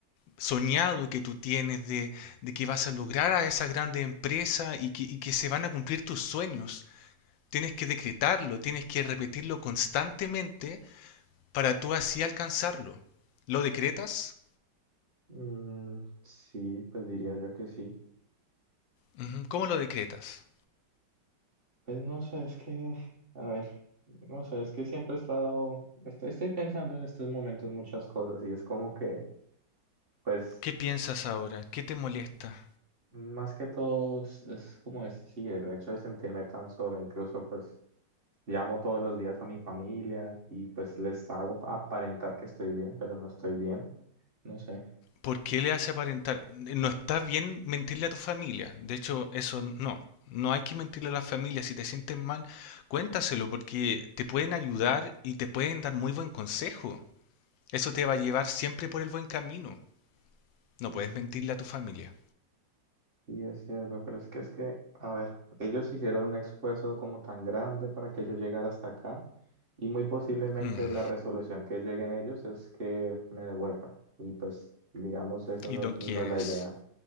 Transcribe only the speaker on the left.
soñado que tú tienes de, de que vas a lograr a esa grande empresa y que, y que se van a cumplir tus sueños. Tienes que decretarlo, tienes que repetirlo constantemente para tú así alcanzarlo. ¿Lo decretas?
Ujú. ¿Cómo lo decretas? cómo lo decretas
qué piensas ahora? ¿Qué te molesta?
¿Por qué le hace aparentar? No está bien mentirle a tu familia. De hecho, eso no. No hay que mentirle a la familia. Si te sientes mal, cuéntaselo porque te pueden ayudar y te pueden dar muy buen consejo. Eso te va a llevar siempre por el buen camino. No
puedes mentirle a tu familia.
Mm,
y
no quieres.